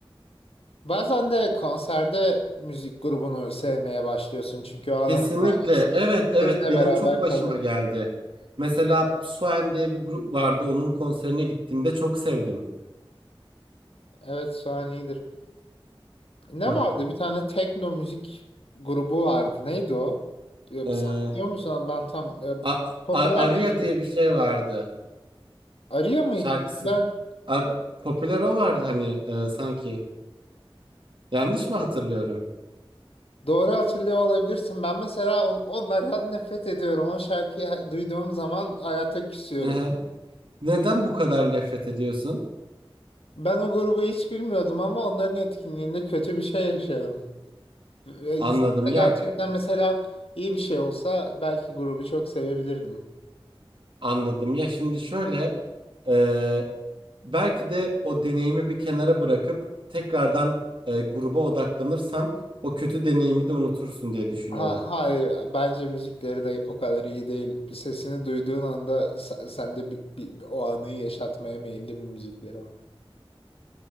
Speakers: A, on the left (about 85°); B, on the right (about 60°).
A: Bazen de konserde müzik grubunu sevmeye başlıyorsun çünkü o anın
B: Kesinlikle.
A: enerjisi
B: Evet, evet
A: seninle
B: benim
A: beraber
B: çok başıma
A: kalıyor.
B: geldi. Mesela Suen diye bir grup vardı. Onun konserine gittiğimde çok sevdim.
A: Evet Suhan iyidir. Ne
B: Hı
A: vardı? Bir tane tekno müzik grubu vardı. Neydi o? Ee,
B: hı.
A: Sen biliyor musun? Ben tam e,
B: A
A: popüler
B: A- Aria
A: bir şey.
B: diye bir şey vardı
A: Arya mıydı?
B: şarkısı.
A: Popüler.
B: Ar- popüler o vardı hani e, sanki. Yanlış mı hatırlıyorum?
A: Doğru hatırlıyor olabilirsin. Ben mesela on- onlardan nefret ediyorum. O şarkıyı duyduğum zaman hayata küsüyorum.
B: hı Neden bu kadar nefret ediyorsun?
A: Ben o grubu hiç bilmiyordum ama onların etkinliğinde kötü bir şey yaşadım. Ve
B: Anladım
A: İnsanda
B: ya
A: gerçekten
B: kü-
A: mesela iyi bir şey olsa belki grubu çok sevebilirdim.
B: anladım ya şimdi şöyle e, belki de o deneyimi bir kenara bırakıp tekrardan e, gruba odaklanırsan o kötü deneyimi de unutursun diye düşünüyorum.
A: Ha, hayır, bence müzikleri de o kadar iyi değil. Bir sesini duyduğun anda se- sende bir, bir- o anıyı yaşatmaya meyilli bir müzikleri var.